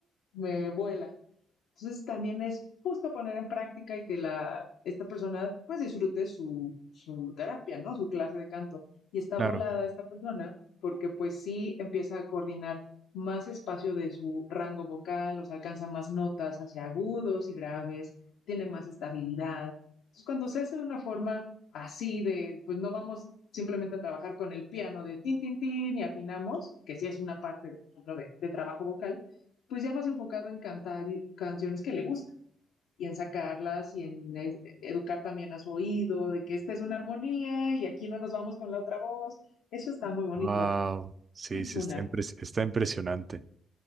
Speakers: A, on the left; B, on the right.
A: me vuela. Entonces también es justo poner en práctica y que la, esta persona pues disfrute su, su terapia, ¿no? Su clase de canto. Y está
B: claro.
A: volada esta persona porque pues sí empieza a coordinar más espacio de su rango vocal, o sea, alcanza más notas hacia agudos y graves, tiene más estabilidad. Entonces cuando se hace de una forma así de, pues no vamos simplemente a trabajar con el piano de tin, tin, tin y afinamos, que sí es una parte, por ejemplo, de, de trabajo vocal, pues ya más enfocado en cantar canciones que le gustan y en sacarlas y en es- educar también a su oído de que esta es una armonía y aquí no nos vamos con la otra voz. Eso está muy bonito.
B: Wow, sí,
A: Esa
B: sí,
A: Es una.
B: está impres- está impresionante.